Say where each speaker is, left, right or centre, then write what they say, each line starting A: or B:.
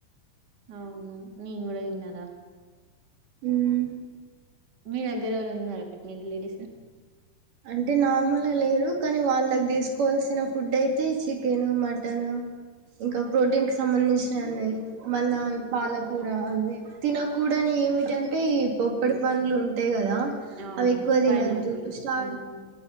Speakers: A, on the right (about 35°); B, on the right (about 65°).
A: అవును నేను గూడా ఇన్న అలా
B: హ్మ్
A: మీ దగ్గర ఎవరన్నా ఉన్నారా పెగ్నెంట్ లేడీసు
B: అంటే నార్మలగ లేరు కానీ వాళ్ళకి తీసుకు కోవాల్సిన ఫుడ్ అయితే చికెన్ మ టను ఇంకా ప్రోటీన్ కి సంబంధించినవి మళ్ళా పాలకూర అవి తినకూడని ఏమిట అంటే ఈ పొప్పడి పండ్లు ఉం తె కదా
A: అవును
B: అవి ఎక్కువ తినద్
A: పైనాపిల్స్
B: స్టా
A: ఉమ్.